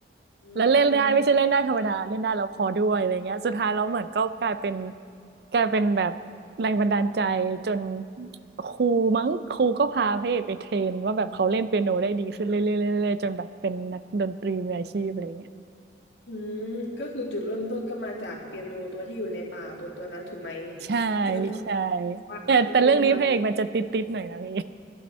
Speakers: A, on the left; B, on the right.
A: อ่า
B: แล้วเล่นได้ไม่ใช่เล่นได้ธรรมดาเล่นได้แล้วพอด้วยอะไรเงี้ยสุดท้ายแล้วเหมือนก็กลายเป็นกลายเป็นแบบแรงบันดาลใจจนครูมั้งครูก็พาพระเอกไปเทรนว่าแบบเขาเล่นเปียโนได้ดีขึ้นเรื่อยๆเรื่อยๆจนแบบเป็นนักดนตรีมืออาชีพอะไรเงี้ย
A: อืมก็คือจุดเริ่มต้นก็มาจากเปียโนตัวที่อยู่ในป่าตัวตัวนั้นถูกไหม
B: ใช่
A: ที่มันทำว่าเล่นแล้ว
B: ใช่แต่แต่เรื่องนี้พระเอกมันจะติดๆหน่อยนะพี่